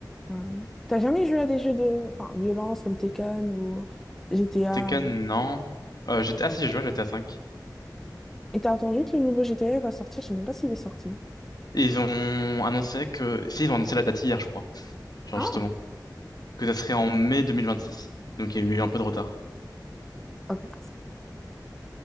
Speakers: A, in the centre; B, on the left.
A: Ouais. T'as jamais joué à des jeux de enfin, violence comme Tekken ou GTA
B: Tekken,
A: ou...
B: non. Euh, j'étais, ah si, j'ai joué à GTA 5.
A: Et t'as entendu que le nouveau GTA va sortir, je sais même pas s'il est sorti.
B: Et ils ont annoncé que, si, ils ont annoncé la date hier, je crois. Genre,
A: Ah,
B: justement. que ça serait en mai 2026. Donc il y a eu un peu de retard.
A: ok.